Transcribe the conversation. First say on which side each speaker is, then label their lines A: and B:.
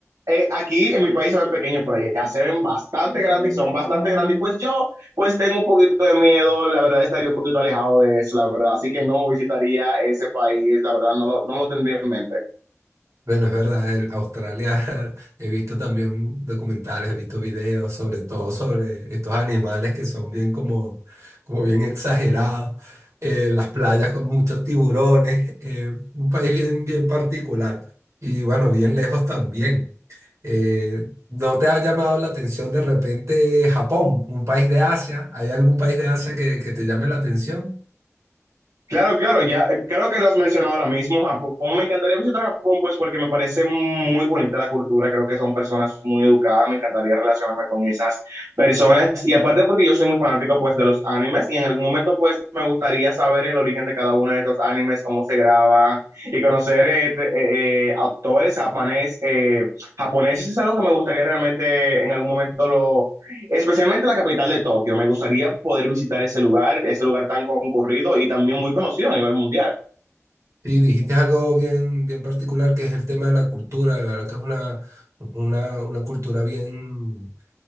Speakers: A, on the right; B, on the right.
A: eh, aquí en mi país se ven pequeños, pero allá se ven bastante grandes y son bastante grandes. Y pues yo, pues tengo un poquito de miedo, la verdad estaría un poquito alejado de eso, la verdad. Así que no visitaría ese país, la verdad no lo, no lo tendría en mente.
B: Bueno, es verdad, en Australia <laughs> he visto también documentales, he visto videos, sobre todo sobre estos animales que son bien como, como bien exagerados, eh, las playas con muchos tiburones, eh, un país bien, bien particular y bueno, bien lejos también. Eh, ¿no te ha llamado la atención de repente Japón, un país de Asia? ¿Hay algún país de Asia que, que te llame la atención?
A: Claro, claro, ya creo que lo has mencionado ahora mismo, Japón. Me encantaría visitar Japón, pues porque me parece muy bonita la cultura, creo que son personas muy educadas, me encantaría relacionarme con esas personas y aparte porque yo soy muy fanático pues de los animes y en algún momento pues me gustaría saber el origen de cada uno de esos animes, cómo se graban y conocer eh, eh, eh, autores japonés, eh, japoneses es algo que me gustaría realmente en algún momento lo especialmente la capital de Tokio. Me gustaría poder visitar ese lugar, ese lugar tan concurrido y también muy conocido a nivel mundial.
B: Sí, dijiste algo bien, bien particular que es el tema de la cultura, de verdad que es una, una, una cultura bien,